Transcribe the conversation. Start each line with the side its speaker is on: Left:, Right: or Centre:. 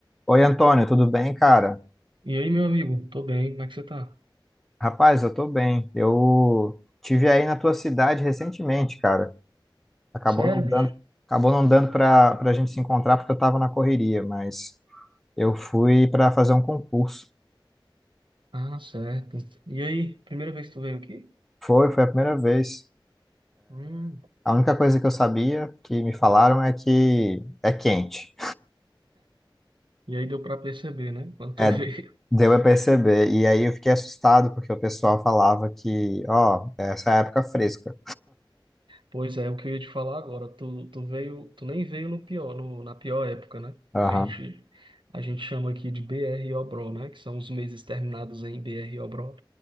Centre: Oi, Antônio, tudo bem, cara?
Right: E aí, meu amigo? Tô bem, como é que você tá?
Centre: Rapaz, eu tô bem. Eu tive aí na tua cidade recentemente, cara. Acabou
Right: Sério,
Centre: não dando,
Right: bicho?
Centre: acabou não dando pra, pra gente se encontrar porque eu tava na correria, mas eu fui pra fazer um concurso.
Right: Ah, certo. E aí, primeira vez que tu veio aqui?
Centre: Foi, foi a primeira vez.
Right: Hum,
Centre: A única coisa que eu sabia que me falaram é que é quente.
Right: e aí deu pra perceber, né? Quando tu
Centre: É,
Right: <laughs> veio.
Centre: Deu a perceber. E aí eu fiquei assustado, porque o pessoal falava que, ó, essa é a época fresca.
Right: Pois é, o que eu ia te falar agora, tu, tu veio, tu nem veio no pior, no- na pior época, né?
Centre: Aham.
Right: Que a gente, a gente chama aqui de BR Obró, né? Que são os meses terminados em BR Obró.